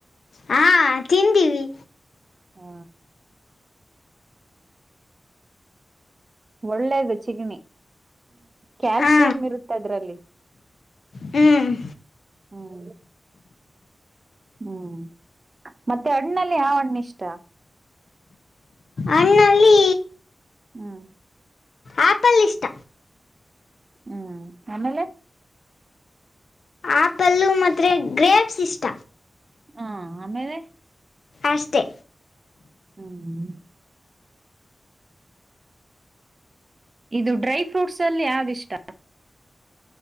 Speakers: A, on the left; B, on the right.
A: ಹಾ ತಿಂದೀವಿ
B: ಹಾ ಒಳ್ಳೇದು ಚಿಗಣಿ ಕ್ಯಾಲ್ಸಿಯಂ
A: ಹಾ
B: ಇರುತ್ತೆ ಅದ್ರಲ್ಲಿ
A: ಹ್ಮ್
B: ಹ ಹ್ಮ್ ಮತ್ತೆ ಅಣ್ಣಲ್ಲಿ ಯಾವ ಅಣ್ಣ ಇಷ್ಟ
A: ಅಣ್ಣಲ್ಲಿ
B: ಹ್ಮ್
A: ಆಪಲ್ ಇಷ್ಟ
B: ಹ್ಮ್ ಆಮೇಲೆ
A: ಆಪಲ್ಲು ಮತ್ತೆ ಗ್ರೇಪ್ಸ್ ಇಷ್ಟ
B: ಹಾ ಆಮೇಲೆ
A: ಅಷ್ಟೇ
B: ಹ್ಮ್ ಇದು ಡ್ರೈ ಫ್ರೂಟ್ಸ್ ಅಲ್ಲಿ ಯಾವಿಷ್ಟ